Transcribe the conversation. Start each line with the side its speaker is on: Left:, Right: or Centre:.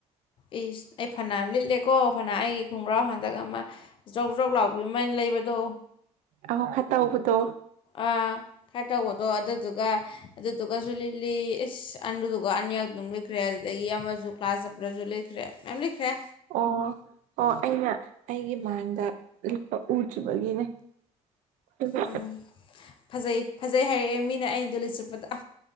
Left: ꯑꯩꯁ ꯑꯩ ꯐꯅꯌꯥꯝ ꯂꯤꯠꯂꯦꯀꯣ ꯐꯅ ꯑꯩꯒꯤ ꯈꯣꯡꯒ꯭ꯔꯥꯎ ꯍꯟꯗꯛ ꯑꯃ ꯖꯧ ꯖꯧ ꯂꯥꯎꯕꯤꯕꯃ ꯑꯩꯅ ꯂꯩꯕꯗꯣ
Right: ꯑꯥꯎ ꯈ ꯇꯧꯕꯗꯣ
Left: ꯑꯥ ꯈꯔ ꯇꯧꯕꯗꯣ ꯑꯗꯨꯗꯨꯒ ꯑꯗꯨꯗꯨꯒꯖꯨ ꯂꯤꯠꯂꯤ ꯏꯁ ꯑꯟꯗꯨꯒ ꯑꯅꯤ ꯅꯤꯔꯛꯗꯨꯝ ꯂꯤꯠꯈ꯭ꯔꯦ ꯑꯗꯨꯗꯒꯤ ꯑꯃꯖꯨ ꯀ꯭ꯂꯥꯁ ꯆꯠꯄꯗꯁꯨ ꯂꯤꯠꯈ꯭ꯔꯦ ꯃꯌꯥꯝ ꯂꯤꯠꯈ꯭ꯔꯦ
Right: ꯑꯣ ꯑꯣ ꯑꯩꯅ ꯑꯩꯒꯤ ꯃꯥꯡꯗ ꯂꯤꯠꯄ ꯎꯗ꯭ꯔꯤꯕꯒꯤꯅꯦ ꯑꯗꯨꯒ
Left: ꯎꯝ ꯐꯖꯩ ꯐꯖꯩ ꯍꯥꯏꯔꯛꯑꯦ ꯃꯤꯅ ꯑꯩꯅ ꯗꯨ ꯂꯤꯠ ꯆꯠꯄꯗ